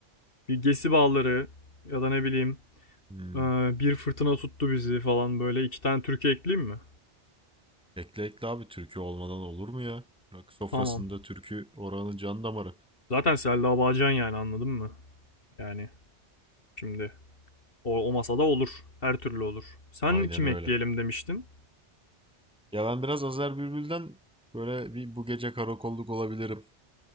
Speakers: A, on the left (about 55°); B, in the centre.
A: Bir gesi bağları ya da ne bileyim
B: Hmm.
A: Ee, bir fırtına tuttu bizi falan böyle iki tane türkü ekleyeyim mi?
B: Ekle ekle abi türkü olmadan olur mu ya? Rock sofrasında
A: Tamam.
B: türkü oranın can damarı.
A: Zaten Selda Bağcan yani anladın mı? Yani şimdi o, o masada olur. Her türlü olur. Sen
B: Aynen
A: kim
B: öyle.
A: ekleyelim demiştin?
B: Ya ben biraz Azer Bülbül'den böyle bir bu gece karakolluk olabilirim.